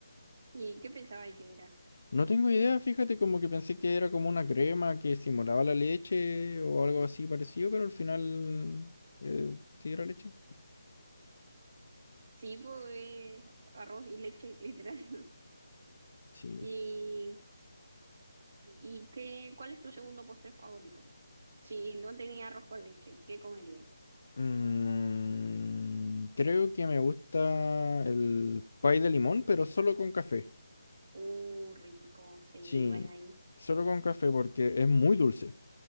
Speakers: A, on the right; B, on the left.
A: ¿Y qué pensaba que era?
B: No tengo idea, fíjate, como que pensé que era como una crema que simulaba la leche o algo así parecido, pero al final eh, sí era leche.
A: Sí, pues eh, arroz y leche, literal. <laughs>
B: Sí.
A: ¿Y, y qué, cuál es tu segundo postre favorito? Si no tenía arroz con leche, ¿qué comerías?
B: Mm, creo que me gusta el pie de limón, pero solo con café.
A: Uh, rico, sí,
B: Sí,
A: bueno ahí.
B: solo con café porque es muy dulce,